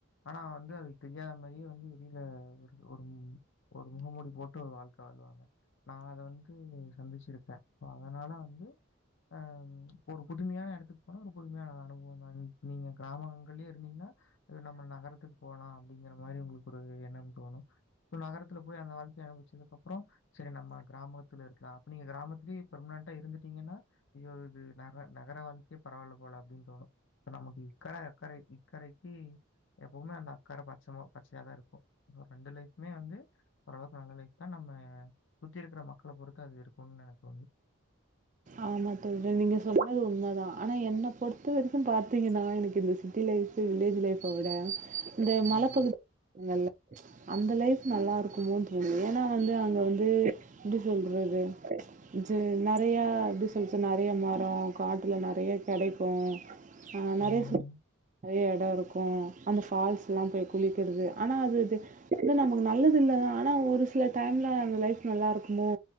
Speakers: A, on the left; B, on the right.
A: ஆனா வந்து அது தெரியாத மாரியே வந்து வெளில ஒரு ஒரு ம் ஒரு முகமூடி போட்டு ஒரு வாழ்க்க வாழுவாங்க நா அத வந்து சந்திச்சிருக்கே சோ அதனால வந்து ஆ இப்ப ஒரு புதுமையான எடத்து போ னா ஒரு புதுமையான அனுபவோ தானே இப் நீங்க கிராமங்கள்லயே இருந்தீங்கன்னா அ நம்ம நகரத்துக்கு போலா அப்டிங்கிற மாரி உங்களுக்கு ஒரு எண்ணம் தோணு இப்ப நகரத்துல போய் அங்க வாழ் க்கைய அனுவிச்சதுக்கப்றோ சரி நம்ம கிராமத்துல இருக்கலா அப்ப நீங்க கிராமத்திலியே பெர்மனண்டா இருந்துட்டீங்கன்னா ஐயோ இது நர நகர வாழ் க்கையே பரவால்ல போல அப்டின் தோணு நமக்கு இக்கற அக்கறை இக்கறைக்கு எப்பவுமே அந்த அக்கர பச்சமா பச்சையாதா இருக்கு ஆ ரெண்டு லைஃப்மே வந்து ஓரளவுக்கு நல்ல லைஃக் தா நம்ம சுத்தி இருக்கிற மக்கள பொறுத்து அது இருக்குன் எனக்கு தோணுது
B: ஆமா தோழ்கள் நீங்க சொன்னது உண்ம தா ஆனா என்ன பொறுத்த வரைக்கும் பாத்தீங்கன்னா எனக்கு இந்த சிட்டி லைஃப் வில்லேஜ் லைஃப்ப விட இந்த
A: ம்.
B: மலைப்பகுதி சொன்னல்ல அந்த லைஃப் நல்லா இருக்குமோ தோணுது ஏனா வந்து அங்க வந்து எப்டி சொல்றது இஜு நறையா எப்டி சொல்சு நறைய மரோ காட்டுல நறைய கடைக்கோ
A: ம்.
B: நறைய ஃபு நறைய எடோ இருக்கூ அந்த ஃபால்ஸ்லா போய் குளிக்கிறது ஆனா அது இது இல்ல நமக்கு நல்லதில்லதா ஆனா ஒரு சில டைம்ல அந்த லைஃப் நல்லா இருக்குமோ